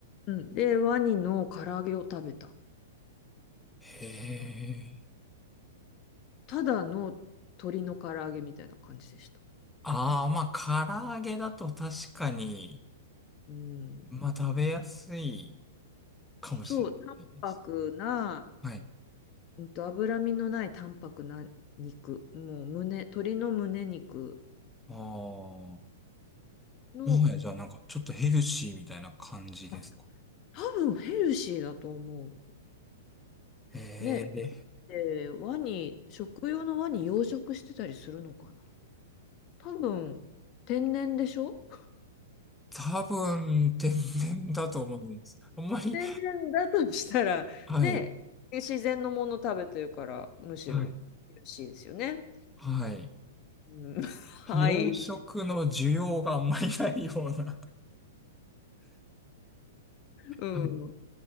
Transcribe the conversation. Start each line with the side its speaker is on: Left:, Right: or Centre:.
Left: うん。で、ワニの唐揚げを食べた。
Centre: へえ。
Left: ただの鶏の唐揚げみたいな感じでした。
Centre: ああ、まあ、唐揚げだと確かに、
Left: うん。
Centre: まあ、食べやすいかもしれないですね。
Left: そう、淡白な、
Centre: はい。
Left: うんと、脂身のない淡白な肉、もう胸、鶏の胸肉
Centre: ああ、も
Left: の、
Centre: はやじゃあなんかちょっとヘルシーみたいな感じですか。
Left: まあ、多分ヘルシーだと思
Centre: へえ。
Left: う。ね、で、ワニ、食用のワニ養殖してたりするのかな。多分、天然でしょ
Centre: 多分、天然だと思うんです。あんまり、
Left: 天然だとしたら、
Centre: はい。
Left: ね、自然のもの食べてるから、むしろヘルシーですよね。
Centre: はい。はい。
Left: うん、<laughs> はい。
Centre: 洋食の需要があんまりないような。
Left: うん。
Centre: はい。